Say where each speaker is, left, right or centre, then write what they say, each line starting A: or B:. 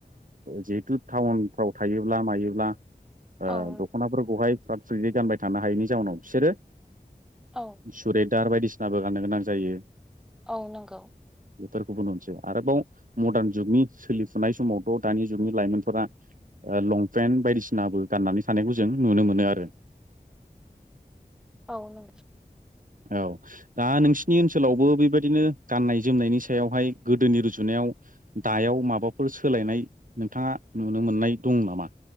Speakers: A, on the right; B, in the centre.
A: जिहेथु टाउनफ्राव थायोब्ला मायोब्ला
B: औ
A: ओ दख'नाफोरखौहाय फ्राद फ्रिदै गानबाय थानो हायैनि जाउनाव बिसोरो
B: औ
A: सुरेदार बायदिसिनाबो गाननो गोनां जायो
B: औ नंगौ
A: बेफोरखौबो नुनोसै आरोबाव मडार्न जुगनि सोलिफुनाय समावथ' दानि जुगनि लाइमोनफोरा ओ लंपेन्ट बायदिसिनाबो गाननानै थानायखौ जों नुनो मोनो आरो
B: औ नों
A: औ दा नोंसिनि ओनसोलावबो बेबायदिनो गाननाय जोमनायनि सायावहाय गोदोनि रुजुनायाव दायाव माबाफोर सोलायनाय नोंथाङा नुनो मोननाय दं नामा?